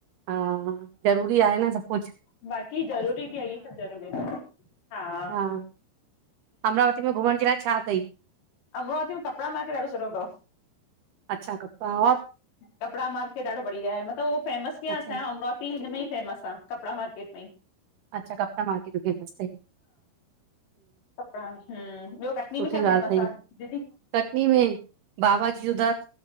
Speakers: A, on the right; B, on the left.
A: हा ज़रूरी आहे न सभु कुछ
B: बाक़ी ज़रूरी बि आ, इ सब ज़रूरी आ।
A: हा अमरावती में घुमण जे ला ए छा थई?
B: अमरावती में कपड़ा मार्केट ॾाढो सुठो थव।
A: अछा, कपड़ा और?
B: कपिड़ा मार्केट ॾाढो बढिया आहे, मतलब हुओ फेमस कीअं
A: अच्छा
B: असांजे अमरावतिअ हिन में इ फेमस आ, कपड़ा मार्केट में ई।
A: अच्छा कपङा मार्केट इ फेमस थई।
B: कपड़ा, हम्म, ॿियो कटनी
A: सुठी
B: में छा
A: ॻाल्हि
B: फेमस
A: अथई
B: आ दीदी?
A: कटनी में बाबाजी जो दर